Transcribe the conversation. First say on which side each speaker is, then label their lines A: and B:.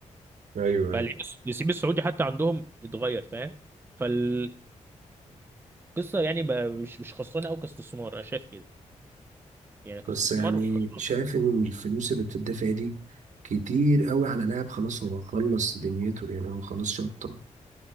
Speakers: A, on the right (about 70°); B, on the right (about 15°).
A: ايوه ايوه
B: فاللعيب الس- اللعيب السعودي حتى عندهم اتغير فاهم فالقصه يعني بقى مش مش خسرانه قوي كاستثمار انا شايف كده يعني كاستثمار
A: بس يعني
B: مش خسران
A: شايف ان الفلوس اللي بتدفع دي كتير قوي على لاعب خلاص هو خلص دنيته يعني هو خلاص شطب